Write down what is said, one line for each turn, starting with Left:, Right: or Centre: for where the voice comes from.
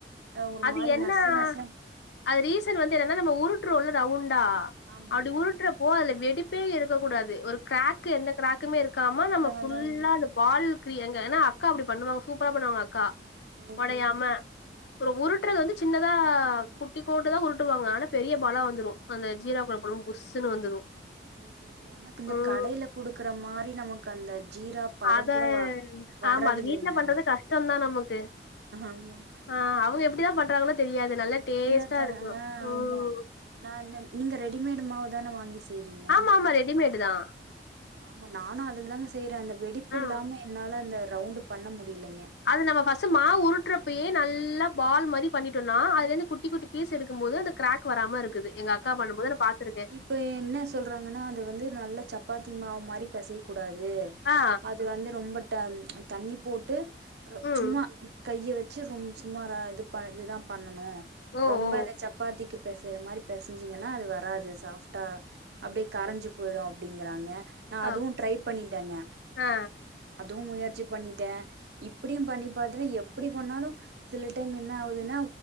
Right: அ ஒரு
Left: அது
Right: மாரி
Left: என்ன
Right: நச நசன்
Left: அது ரீசன் வந்து என்னன்னா நம்ம உருட்றோல்ல ரவுண்டா
Right: ஆமாங்க
Left: அப்டி உருட்ற ப்போ அதுல வெடிப்பே இருக்கக்க கூடாது ஒரு கிராக்கு
Right: அ
Left: எந்த கிராக்குமே இருக்காம நம்ம
Right: அதா
Left: ஃபுல்லா
Right: அதாங்க
Left: அத பால்கிரிய எங்கன்னா அக்கா அப்டி பண்ணுவாங்க சூப்பரா பண்ணுவாங்க அக்கா
Right: ஓஹோ
Left: ஒடையாம அப்றோ உருட்றது வந்து சின்னதா குட்டிக்கோண்டு தா உருட்டுவாங்க ஆனா பெரிய பால வந்துடு அந்த ஜீராக்குள்ள
Right: ஓ
Left: போடும் போது புஸ்ன்னு வந்துடு
Right: ஓ சேரி சேரி ஆனா இந்த
Left: ம்
Right: கடையில குடுக்குற மாரி நமக்கு அந்த ஜீரா பதம்
Left: அத
Right: கூட வ வர்றதில்லைங்க
Left: ஆமா அது வீட்ல பண்றது
Right: நமக்கு
Left: கஷ்டம்தா நமக்கு
Right: ஆமா
Left: ஆ அவங்க எப்டிதா பண்றாங்களோ தெரியாது நல்லா
Right: எப்டியாத்த
Left: டேஸ்ட்டா இருக்கு
Right: ஆ
Left: ம்
Right: ஆமா நா இந்த நீங்க ரெடிமேட் மாவு தான வாங்கி செய்யிறீங்க
Left: ஆமா ஆமா ரெடிமேடு தா
Right: ஆமா நானு அதுல தாங்க செய்றே அந்த வெடிப்பு
Left: ஆ
Right: இல்லாம என்னால அந்த ரவுண்டு் பண்ண முடிலங்க
Left: அது நம்ம ஃபஸ்ட் மாவு உருட்டுறப்பயே நல்லா பால் மாரி பண்ணோட்டனா அதுல இருந்து குட்டி குட்டி ஃபீஸ் எடுக்கும் போது அந்த கிராக் வராமா இருக்குது எங்க அக்கா பண்ணும்போது நா பாத்துருக்கே
Right: இப்போ என்ன சொல்றாங்கன்னா அது வந்து நல்ல சப்பாத்தி மாவு மாரி பெசையக்கூடாது
Left: ஆ
Right: அது வந்து ரொம்ப தண்ணி போட்டு
Left: ம்
Right: சும்மா கைய வெச்சு ரொ சும்மா இது இதுதா பண்ணனு
Left: ஓ
Right: ரொம்ப
Left: ஓ
Right: இந்த சப் பாத்திக்கு பேசைற மாரி பெசஞ்சிங்கன்னா அது வராது சாஃப்டா அப்டியே கரஞ்சு போயிடு அப்டிங்கறாங்க நா
Left: அ
Right: அதுவு ட்ரை பண்ணிட்டேங்க
Left: ஆ
Right: அதுவு முயற்சி பண்ணிட்டே இப்படியு பண்ணி பாத்திட்டே எப்டி பண்ணாலு சில டைம் என்ன ஆகுதுன்னா